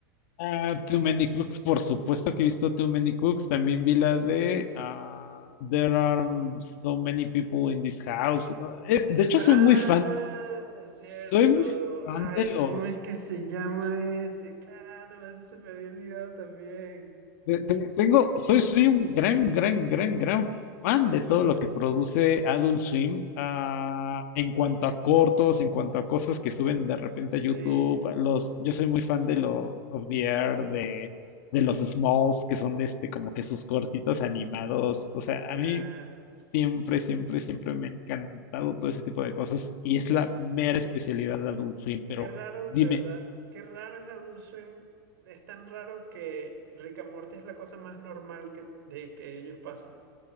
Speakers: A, on the left; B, on the right.
A: Ah, Too Many Cooks, por supuesto que he visto Too Many Cooks. También vi la de ah, There are so many people in this house. Ah, eh, de hecho,
B: Ah,
A: soy muy fan,
B: es cierto.
A: soy muy fan
B: Ay,
A: de los
B: ¿cómo es que se llama ese? Claro, ese se me había olvidado también.
A: Te- te- Tengo, soy, soy un gran, gran, gran, gran fan de todo lo que produce Adult Swim, ah, en cuanto a cortos, en cuanto a cosas que suben de repente a YouTube.
B: Sí,
A: Los, yo soy muy fan de los Of the Air, de, de los Smalls, que son este, como que sus cortitos animados. O sea,
B: claro.
A: a mí siempre, siempre, siempre me ha encantado todo ese tipo de cosas y es la mera especialidad de Adult Swim. Pero
B: Qué raro,
A: dime,
B: de verdad. Qué raro es Adult Swim. Es tan raro que Rick and Morty es la cosa más normal que, de que ellos pasan.